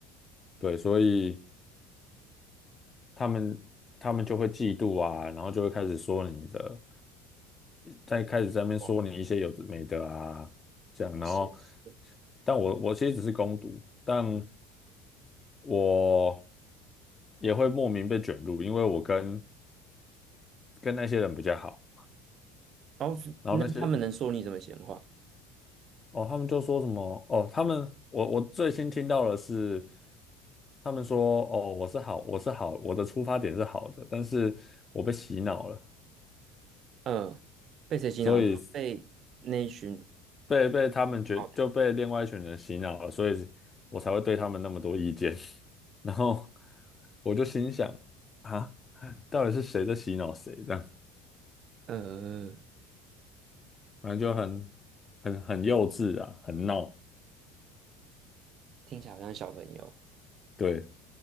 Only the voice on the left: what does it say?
对，所以他们他们就会嫉妒啊，然后就会开始说你的，再开始在那边说你一些有的没的啊，
这样，
然后，但我我其实只是攻读，但
我也会莫名被卷入，因为我跟跟那些人比较好，
然后那些哦，他们就说什么哦，他们我我最新听到的是。他们说：“哦，我是好，我是好，我的出发点是好的，但是我被洗脑了，
所以
被被他们觉就被另外一群人洗脑了，
所以我才会对他们那么多意见。<laughs> 然后我就心想啊，到底是谁在洗脑谁？这样，
反正就很很很幼稚啊，很闹。
对，